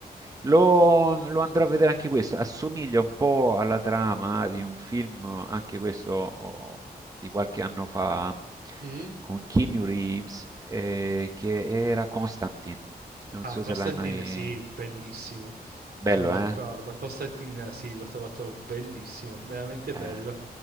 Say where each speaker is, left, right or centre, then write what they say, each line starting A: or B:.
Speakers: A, on the right; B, on the right.
A: Lo, lo andrò a vedere anche questo. Assomiglia un po' alla trama di un film, anche questo oh, di qualche anno fa,
B: mm.
A: con Keanu Reeves, eh, che era Constantine. Non
B: Ah,
A: so
B: Constantine,
A: se l'hai mai...
B: sì, bellissimo.
A: Bello,
B: Sono d'accordo.
A: eh?
B: Constantine, sì, l'ho trovato bellissimo, veramente
A: Eh,
B: bello.